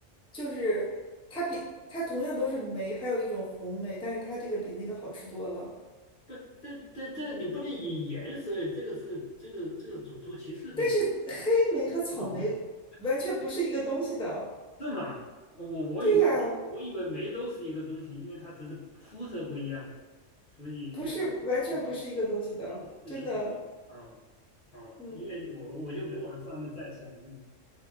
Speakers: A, in the centre; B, on the left.
A: 就是它比它同样都是莓，还有一种红莓，但是它这个比那个好吃多了。
B: <laughs> 不，这这这你不能以颜色，这个是这个这个种族歧视不行的，
A: 但是黑莓和草莓完全不是一个东西的。
B: <laughs> 是吗？我我以为梅我以为梅都是一个东西，
A: 对呀，
B: 因为它只是肤色不一样嘛，所以要要。
A: 不是，完全不是一个东西的，
B: 因就视频，
A: 真的。
B: 啊啊，
A: 嗯，
B: 因为我我就没往上面再想了嗯